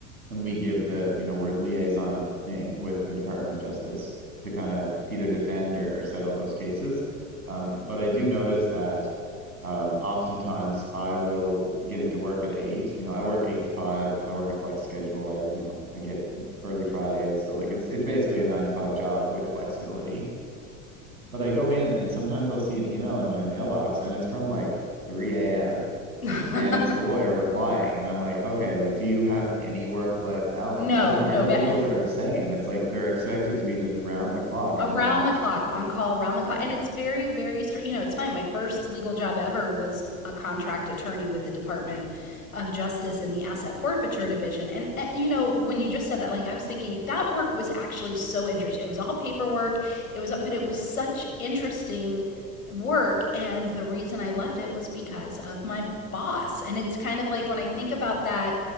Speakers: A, on the right; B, on the left.
A: and we give the, you know, we're liaisoning with the Department of Justice to kind of either defend or, or settle those cases. Um, but I do notice that um, oftentimes I will get into work at eight. You know, I work eight to five. I work a flex schedule. I, you know, I get early Fridays. So like it's it's basically a nine to five job with flexibility. But I go in and sometimes I'll see an email in my mailbox and it's from like 3 a.m.
B: <laughs>
A: And it's the lawyer replying, and I'm like, okay, like, do you have any work-life balance?
B: no,
A: And the paralegals
B: no bad
A: are the same. It's like they're expected to be just round the clock,
B: Around
A: and I'm like,
B: the clock, on call, around the
A: yeah,
B: clock. And it's very, very str You know, it's funny. My first legal job ever was a contract attorney with the Department of Justice in the Asset Forfeiture Division. And, uh, you know, when you just said that, like, I was thinking that work was actually so interesting. It was all paperwork, it was, but it was such interesting work. And the reason I left it was because of my boss. And it's kind of like when I think about that,